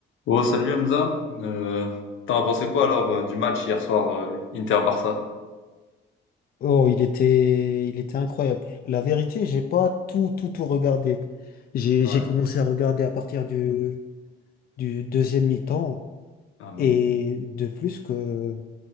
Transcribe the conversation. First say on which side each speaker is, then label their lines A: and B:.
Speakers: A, on the left; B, on the left.
A: Oh, salut Hamza. Euh, t'en as pensé quoi alors euh, du match hier soir euh, Inter-Barça?
B: Oh, il était, il était incroyable. La vérité, j'ai pas tout, tout, tout regardé. J'ai,
A: Ouais.
B: j'ai commencé à regarder à partir du, du deuxième mi-temps.
A: Ah, mais-
B: Et de plus que